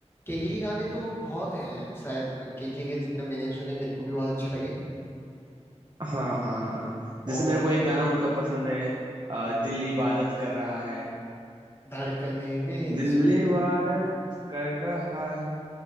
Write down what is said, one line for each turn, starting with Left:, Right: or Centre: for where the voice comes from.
Left: केके के गाने तो बहुत हैं शायद केके के जितने मैंने सुने मेरे को भी बहुत अच्छे लगे
Right: हाँ हाँ हाँ जैसे
Left: और
Right: मेरे को एक गाना उनका पसंद है अ, दिल इबादत कर रहा है
Left: धड़कने मेरी
Right: दिल
Left: सुन
Right: इबादत कर रहा है